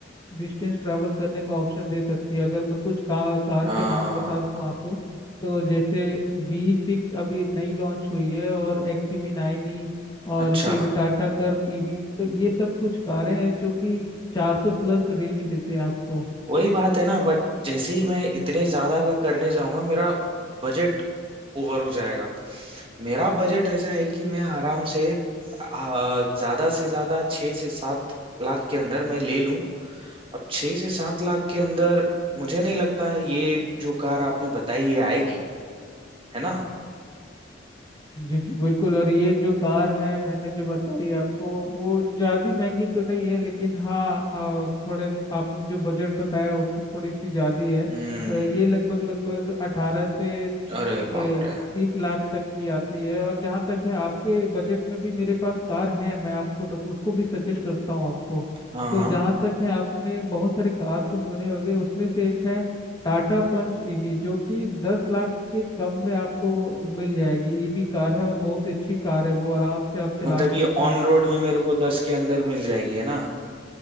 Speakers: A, on the left; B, on the right.
A: डिस्टेंस ट्रैवल करने का ऑप्शन दे सकती है अगर मैं कुछ का, कार
B: हाँ
A: के नाम बता दूं आपको तो जैसे बी सिक्स अभी नई लॉन्च हुई है और एक्स वी नाइन ई और
B: अच्छा
A: फिर टाटा कर्व ईवी तो ये सब कुछ कारें हैं जो कि 400 प्लस रेंज देते हैं आपको
B: वही बात है ना बट जैसे ही मैं इतने ज्यादा का करने जाऊंगा मेरा बजट ओवर हो जाएगा मेरा बजट ऐसा है कि मैं आराम से आ, ज्यादा से ज्यादा छह से सात लाख के अंदर मैं ले लूं अब छह से सात लाख के अंदर मुझे नहीं लगता है ये जो कार आपने बताई ये आएगी है ना
A: जी जी बिल्कुल और ये जो कार है मैंने जो बताई आपको वो ज़्यादा महंगी तो नहीं है लेकिन हाँ अ, थोड़े आपने जो बजट बताया उससे थोड़ी सी ज़्यादा है अ,
B: हम्म
A: ये लगभग लगभग अठारह से
B: अरे
A: ए,
B: बाप रे
A: तीस लाख तक की आती है और जहाँ तक है आपके बजट में भी मेरे पास कार है मैं आपको बस उसको भी सजेस्ट करता हूँ आपको
B: हाँ
A: तो
B: हाँ
A: जहाँ तक है आपने बहुत सारे कार तो सुने होंगे उसमें से एक है टाटा पंच ईवी जो कि दस लाख के कम में आपको मिल जाएगी ईवी कार है और बहुत अच्छी कार है वो आराम से आप चला
B: मतलब
A: सकते
B: ये ऑन
A: हैं
B: रोड में मेरे को दस के अंदर मिल जाएगी है ना